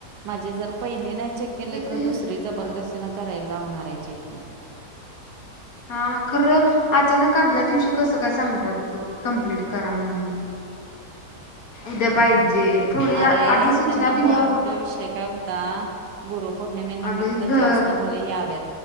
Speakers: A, on the right; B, on the left.
A: माझी जर पहिली नाही चेक केली तर
B: लिहिलंस
A: दुसरी जबरदस्तीन
B: ग
A: करायला लावणार आहे चेक मी.
B: हा खरं, अचानक आदल्या दिवशी कसं काय सांगतात बर कम्प्लीट करा म्हणून. उद्या पायजे थोडी आधी
A: अरे
B: सुचना
A: त्यांना मुळात
B: दिल्यावर
A: तो विषय काय? का गुरुपौर्णिमेनिमित्त
B: अगं हे घ
A: जास्त मुली याव्यात